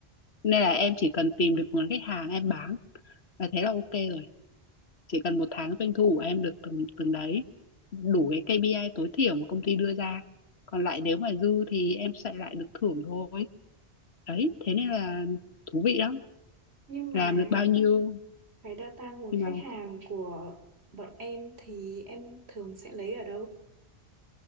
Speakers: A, on the left; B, on the right.
A: nên là em chỉ cần tìm được nguồn khách hàng em bán và thế là ok rồi chỉ cần một tháng doanh thu của em được từng từng đấy đủ cái KPI tối thiểu mà công ty đưa ra còn lại nếu mà dư thì em sẽ lại được thưởng thôi đấy thế nên là thú vị lắm
B: Nhưng
A: làm
B: mà
A: được bao nhiêu
B: cái data nguồn
A: nhưng mà
B: khách hàng của bọn em thì em thường sẽ lấy ở đâu?